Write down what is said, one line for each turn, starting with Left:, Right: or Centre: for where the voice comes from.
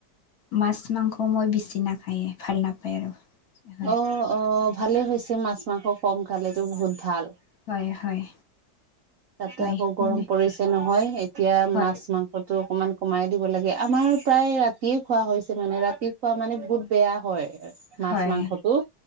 Left: মাছ মাংস মই বেছি নাখায়ে ভাল নাপায় আৰু। হয়
Right: অ' অ', ভালেই হৈছে মাছ মাংস কম খালেতো বহুত ভাল।
Left: হয় হয়।
Right: তাতে
Left: হয়
Right: আকৌ
Left: মানে
Right: গৰম পৰিছে নহয় এতিয়া
Left: হয়
Right: মাছ মাংস টো অকমান কমাই দিব লাগে আমাৰ প্ৰায় ৰাতিয়ে খোৱা হৈছে মানে, ৰাতি খোৱা মানে বহুত বেয়া হয়। এ
Left: হয়
Right: মাছ মাংসটো।